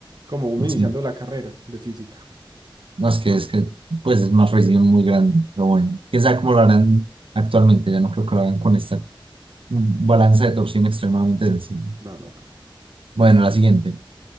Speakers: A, on the right (about 45°); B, on the right (about 75°).
A: como uno iniciando
B: Sí.
A: la carrera de física.
B: No, es que es que pues es una precisión muy grande, pero bueno. Quién sabe
A: Ajá.
B: cómo lo harán actualmente. Ya no creo que lo hagan con esta mm, balanza de torsión extremadamente sensible.
A: No, no creo.
B: Bueno, la siguiente.